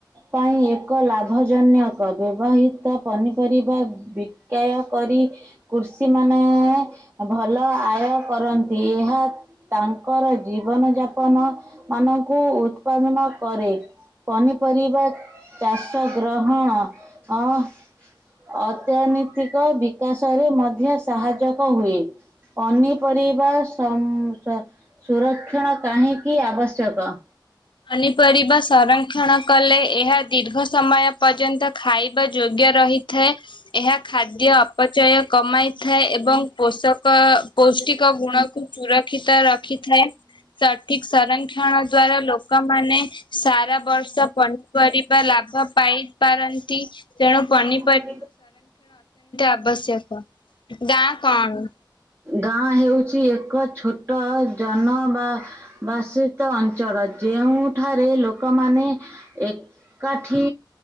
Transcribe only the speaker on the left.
ପନିପରିବା ସଂରକ୍ଷଣ କଲେ ଏହା ଦୀର୍ଘ ସମୟ ପର୍ଯ୍ୟନ୍ତ ଖାଇବା ଯୋଗ୍ୟ ରହିଥାଏ। ଥାଏ ଏହା ଖାଦ୍ୟ ଅପଚୟ କମାଇଥାଏ ଏବଂ ପୋଷକ ପୌଷ୍ଟିକ ଗୁଣକୁ ସୁରକ୍ଷିତ ରଖିଥାଏ ସଠିକ ସଂରକ୍ଷଣ ଦ୍ଵାରା ଲୋକ। ଲୋକମାନେ ସାରା ବର୍ଷ ପନିପରିବା ଲାଭ ପାଇପାରନ୍ତି ତେଣୁ ପିନି।
ଆବଶ୍ୟକ। ଗାଁ କଣ?